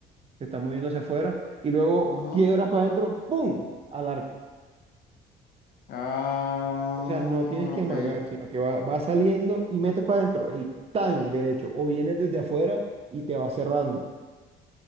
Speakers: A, on the right (about 35°); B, on the left (about 65°).
A: te estás moviendo hacia afuera, y luego
B: ujú.
A: quiebras para adentro, ¡pum! al arco.
B: Ah,
A: O sea, no tienes que amagar,
B: ok.
A: sino que va, va saliendo y metes para adentro, ¡ey! tan derecho, o vienes desde afuera y te va cerrando.